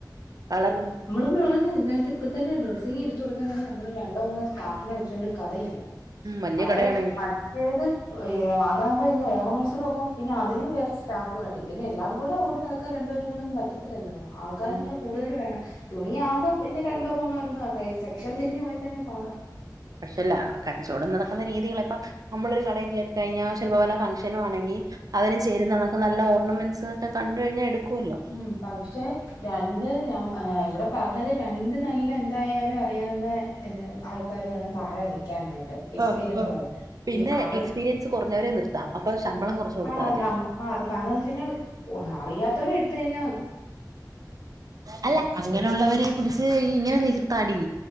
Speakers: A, on the right (about 55°); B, on the left (about 65°).
A: കളർന്ന
B: എന്ന് പറുന്നത് ഇതിനകത്ത് ഇപ്പ തന്നെ ഡ്രസ്സിങ് എടു കൊടുക്കൻ തന്നെ നമ്മള് രണ്ടോ മൂന്നോ സ്റ്റാഫിനെ വെച്ചുകൊണ്ട് കഥയില്ല.
A: വലിയ
B: അവരെ
A: കടയാണെങ്കിൽ
B: ബഡ് ഏത് അതാകുമ്പോ ഇനി ഓർണമെന്റ്സ കൂടെ നോക്കും പിന്നെ അതിനും വേറെ സ്റ്റാഫ് വേണം ഇതിനെ എല്ലാം കൂടെ ഓടി നട ഒക്കെ രണ്ടു പേ രും കൂടൊന്നും പറ്റത്തില്ലോ ആൾക്കാരെ
A: ഉം
B: കൂടുതൽ വേണം തുണിയാകുമ്പോ പിന്നെ രണ്ടോ മൂന്നോ ആക്ക സെക്ഷൻതിരിഞ് പോയിക്കഴിഞ്ഞാ പാടാ.
A: പക്ഷേല്ല കച്ചവടം നടക്കുന്ന രീതികളിപ്പം നമ്മളൊരു കടയിൽ കയറി കഴിഞ്ഞാൽ ചിലപ്പ വല്ല ഫംഗ്ഷനു ആണെങ്കിൽ അതിന് ചേരുന്ന കണക്ക് നല്ല ഓർണമെന്റ്സ് ഒക്കെ കണ്ടു കഴിഞ്ഞാൽ എടുക്കുമല്ലോ
B: ഉം പക്ഷെ രണ്ട് ഞാൻ ഏഹ് ഇവിടെ പറഞ്ഞത് രണ്ട് നല്ല എന്തായാലും അറിയാവുന്ന ആൾക്കാര് വേണം താഴെ നിൽക്കാനായിട്ട്. എക്സ്പീരിയൻസ്
A: ആഹ് ആഹ്
B: <unintelligible>
A: പിന്നെ
B: അവർക്ക്
A: എക്സ്പീരിയൻസ് കുറഞ്ഞവരെ നിർത്താം അപ്പൊ ശമ്പളം കുറച്ച് കൊടുത്താൽ
B: ആഹ്
A: മതി
B: നമ്മ ആഹ് അത് കാരണം വെച്ച് കഴിഞ്ഞാൽ അറിയാത്തവരെ എടുത്ത കഴിഞ്ഞാ
A: അല്ല അങ്ങനെയുള്ളവരെ പിടിച്ച് ഇങ്ങനെ നി തടി